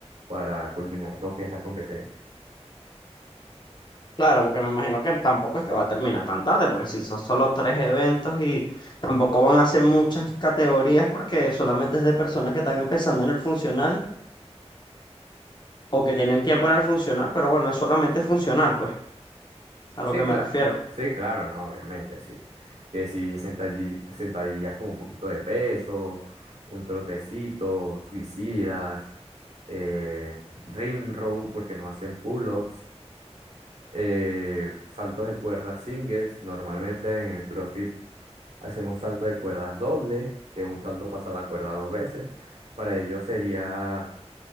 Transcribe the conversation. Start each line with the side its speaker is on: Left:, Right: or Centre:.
Right: para culminar lo que es la competencia.
Left: Claro, porque me imagino que tampoco es que va a terminar tan tarde, porque si son solo tres eventos y tampoco van a hacer muchas categorías, porque solamente es de personas que están empezando en el funcional o que tienen tiempo en el funcional, pero bueno, es solamente funcional, pues, a
Right: Sí,
Left: lo que
Right: claro.
Left: me refiero.
Right: Sí, claro, no, obviamente, sí. Que si sentadilli- sentadillas con un poquito de peso, un trotecito, suicidas, eh, ring row porque no hacen pull-ups, eh, saltos de cuerdas singles. Normalmente en el CrossFit hacemos salto de cuerdas doble, que un salto pasa la cuerda dos veces. Para ello sería